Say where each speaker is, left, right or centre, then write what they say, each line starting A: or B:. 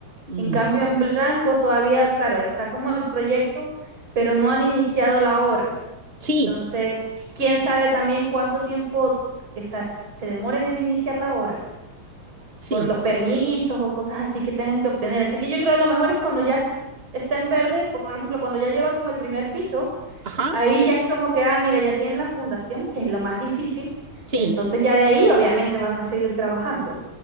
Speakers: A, on the right; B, on the right.
A: mm,
B: En cambio, en blanco todavía, claro, está como el proyecto, pero no han iniciado la obra.
A: sí,
B: Entonces, quién sabe también cuánto tiempo esa- se demoren en iniciar la obra
A: sí,
B: por los permisos o cosas así que tengan que obtener. Así que yo creo que lo mejor es cuando ya está en verde, por ejemplo, cuando ya lleva como el primer piso,
A: ajá,
B: ahí ya es como que, ah, mira, ya tienen la fundación, que es lo más difícil.
A: sí.
B: Entonces ya de ahí obviamente van a seguir trabajando.